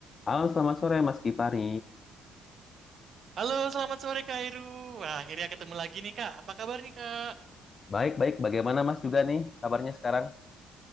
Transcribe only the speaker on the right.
Halo, selamat sore Kak Heru. Wah, akhirnya ketemu lagi nih Kak. Apa kabar nih Kak?